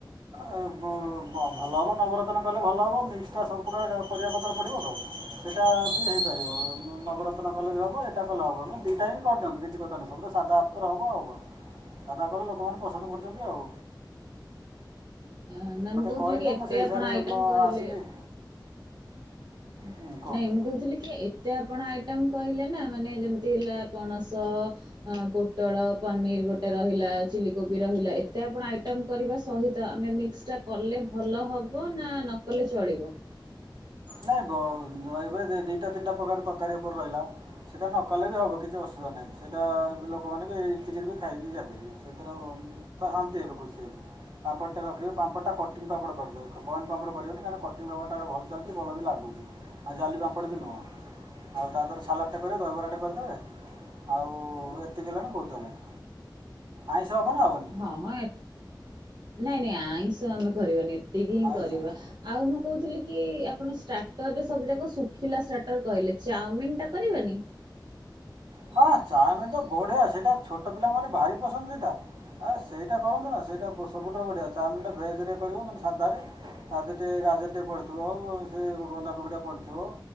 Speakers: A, on the right; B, on the right.
A: ଏ ବୁ ଭଲ ହେବ ନବରତ୍ନ କଲେ ଭଲ ହେବ ମିକ୍ସଟା ସବୁପ୍ରକାର ପରିବାପତ୍ର ପଡ଼ିବ କଣ? ସେଇଟା ବି ହେଇପାରିବ ନୁ ନବରତ୍ନ କଲେ ବି ହବ। ଏଟା କଲେ ହବ। ନା ଦିଟାଆଙ୍କ କରିଦିଅନ୍ତୁ କିଛି କଥା ନାହିଁ ସବୁତ ସାଧା ଉପରେ ହବ ଆଉ କଣ ସାଦା କଲେ ଲୋକମାନେ ପସନ୍ଦ କରୁଚନ୍ତି ଆଉ।
B: ଅ ନା
A: ମୋତେ
B: ମୁଁ କହୁଥିଲି
A: କହିଲେ
B: କି ଏତେ
A: ମୁଁ ସେଇ ହିସାବରେ
B: ଆପଣ ଆଇଟମ୍
A: ମ-
B: କହିଲେ
A: ଆସିକି
B: ଉଁ
A: ହୁଁ, କୁହନ୍ତୁ
B: ନାଇଁ ମୁଁ କହୁଥିଲି କି ଏ ଏତେ ଆପଣ ଆଇଟମ୍ କହିଲେ ନା ମାନେ ଯେମିତି ହେଲା ପଣସ ହଁ ପୋଟଳ ପନିର ଗୋଟେ ରହିଲା। ଚିଲି କୋବି ରହିଲା। ଏତେ ଆପଣ ଆଇଟମ୍ କରିବା ସହିତ ଆମେ ମିକ୍ସଟା କଲେ ଭଲ ହବ ନା ନକଲେ ଚଳିବ?
A: ନାଇଁ ବ ବଇବେ ଯେ ଦିଟା ତିନିଟା ପ୍ରକାର ତରକାରୀ ଉପରେ ରହିଲା। ସେଇଟା ନକଲେ ବି ହବ କିଛି ଅସୁବିଧା ନାହିଁ। ସେଇଟା ଲୋକମାନେ ବି ଏତିକିରୁ ବି ଖାଇକି ଯାଇପାରିବେ। ସେ ତାର ନାଁ ସାନ୍ତି ହେବେ ଖୁସି ହେବେ। ପାମ୍ପଡ ଟା ରଖିବେ। ପାମ୍ପଡ ଟା କଟିଂ ପାମ୍ପଡ କରିଲେ। କଏନ୍ ପାମ୍ପଡ କରିବେନି। କାହିଁକି ନା କଟିଂ ପାମ୍ପଡ ଟା ଭଲ ଚାଲିଚି ଭଲ ବି ଲାଗୁଚି। ଆଉ ଜାଲିି ବାମ୍ପଡ଼ ବି ନୁହଁ। ଆଉ ତା ପରେ ସାଲାଟ୍ ଟେ କରିବେ ଦହିବରା ଟେ କରିଦେବେ। ଆଉ ଏତିକି ହେଲାଣି ବହୁତ ହେଲାଣି ଆଇଁଷ ହବ ନା ହବନି?
B: ହଁ ହଁ ଏ ନାଇଁ ନାଇଁ ଆଇଁଷ ଆମେ କରିବାନି ଏତିକି ହିଁ
A: ଆଇଁଷ
B: କରିବା।
A: ନୁହେଁ
B: ଆଉ ମୁଁ କହୁଥିଲି କି ଆପଣ ଷ୍ଟାର୍ଟର ରେ ସବୁ ଯାକ ଶୁଖିଲା ଷ୍ଟାର୍ଟର କହିଲେ। ଚାଓମିିନ୍ ଟା କରିବାନି?
A: ହଁ ଚଓମିନ ତ ବଢିଆ ସେଇଟା ଛୋଟ ପିଲା ମାନେ ଭାରି ପସନ୍ଦ ସେଇଟା। ଆ ସେଇଟା କରନ୍ତୁ ନା। ସେଇଟା ବୁ ସବୁଠାରୁ ବଢ଼ିଆ। ଚାଓମିନଟା ଭେଜ୍ ରେ କରିବେ ନନେ ସାଧାରେ। ତା ଦେହରେ ଟିକେ ଗାଜର ଟିକେ ପଡ଼ିଥୁବ। ବୁ ସେ ବ ବନ୍ଧାକୋବି ଟା ପଡ଼ିଥିବ।